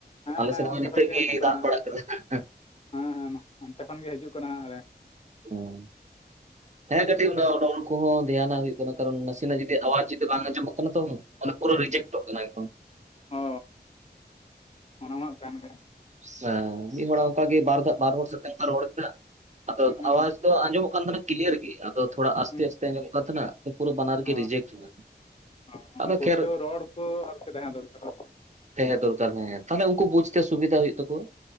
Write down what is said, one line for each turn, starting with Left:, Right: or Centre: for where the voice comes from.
Left: ᱦᱮᱸ
Right: ᱟᱞᱮ
Left: ᱦᱮᱸ
Right: ᱥᱮᱫ ᱦᱚᱸ ᱱᱤᱛᱟᱹᱜ
Left: ᱚᱱᱛᱮ ᱠᱷᱚᱱ ᱦᱤᱡᱩᱜ
Right: ᱜᱮ
Left: ᱠᱟᱱᱟ
Right: ᱫᱟᱜ ᱵᱟᱲᱟ ᱠᱮᱫᱟᱭ ᱱᱷᱟᱸᱜ ᱦᱮᱸ᱾
Left: ᱦᱮᱸ ᱦᱮᱸ ᱱᱚ ᱚᱱᱛᱮ ᱠᱷᱚᱱ ᱜᱮ ᱦᱤᱡᱩ ᱠᱟᱱᱟ ᱦᱟᱸᱜ ᱟᱞᱮ
Right: ᱦᱚᱸ, ᱦᱮᱸ ᱠᱟᱹᱴᱤᱜ ᱩᱱᱟᱹᱜ ᱚᱰᱚᱝ ᱠᱚᱦᱚᱸ ᱫᱷᱮᱭᱟᱱᱟᱜ ᱦᱩᱭᱩᱜ ᱠᱟᱱᱟ ᱠᱟᱨᱚᱱ ᱱᱟᱥᱮᱱᱟᱜ ᱡᱩᱫᱤ ᱟᱣᱟᱡᱽ ᱡᱩᱫᱤ ᱵᱟᱝ ᱟᱸᱡᱚᱢᱚᱜ ᱠᱟᱱᱟ ᱛᱚ ᱚᱱᱟ ᱯᱩᱨᱟᱹ ᱨᱤᱡᱮᱠᱴ ᱴᱚᱜ ᱠᱟᱱᱟ ᱮᱠᱫᱚᱢ᱾
Left: ᱚ ᱚᱱᱟ ᱢᱟ ᱠᱟᱱ ᱜᱮ᱾
Right: ᱥᱟ ᱢᱤᱫ ᱦᱚᱲᱟᱜ ᱚᱸᱠᱟ ᱜᱮ ᱵᱟᱨ ᱫᱷᱟᱣ ᱵᱟᱨ ᱦᱚᱲ ᱥᱟᱶᱛᱮ ᱚᱱᱠᱟ ᱨᱚᱲ ᱠᱮᱫᱟ ᱟᱫᱚ
Left: ᱦᱩᱸ ᱦᱩᱸ
Right: ᱟᱣᱟᱡᱽ ᱛᱚ ᱟᱸᱡᱽᱚᱢᱚᱜ ᱠᱟᱱ ᱛᱟᱦᱮᱸᱱᱟ ᱠᱤᱞᱭᱟᱨ ᱜᱮ ᱟᱫᱚ ᱛᱷᱚᱲᱟ ᱟᱥᱛᱮ
Left: ᱦᱩᱸ
Right: ᱟᱥᱛᱮ ᱟᱸᱡᱽᱚᱢᱚᱜ ᱠᱟᱱ ᱛᱟᱦᱮᱱᱟ, ᱛᱟᱦᱮᱸᱱᱟ, <unintelligible> ᱯᱩᱨᱟᱹ ᱵᱟᱱᱟᱨ ᱜᱮ
Left: ᱚ
Right: ᱨᱮᱡᱮᱠᱴ ᱮᱱᱟ,
Left: ᱚ ᱚᱱᱟ
Right: ᱟᱫᱚ
Left: ᱯᱩᱥᱴᱟᱹᱣ
Right: ᱠᱷᱮᱨ
Left: ᱨᱚᱲ ᱠᱚ ᱟᱨᱠᱤ ᱛᱟᱦᱮᱸ ᱫᱚᱨᱠᱟᱨᱚᱜ ᱠᱟᱱᱟ
Right: ᱛᱟᱦᱮᱸ ᱫᱚᱨᱠᱟᱨ ᱛᱟᱦᱮᱸᱭᱟ, ᱛᱟᱦᱮᱞᱮ ᱩᱸᱠᱩ ᱵᱩᱡᱽ ᱛᱮ ᱥᱩᱵᱤᱫᱷᱟ ᱦᱩᱭᱩᱜ ᱛᱟᱠᱚᱣᱟ,